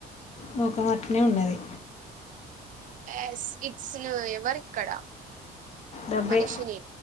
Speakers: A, on the left; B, on the right.
A: మొఖం అట్లనే ఉన్నది
B: ఎస్ ఇట్స్ ఎవరు ఇక్కడ
A: డబ్బే
B: మనిషిని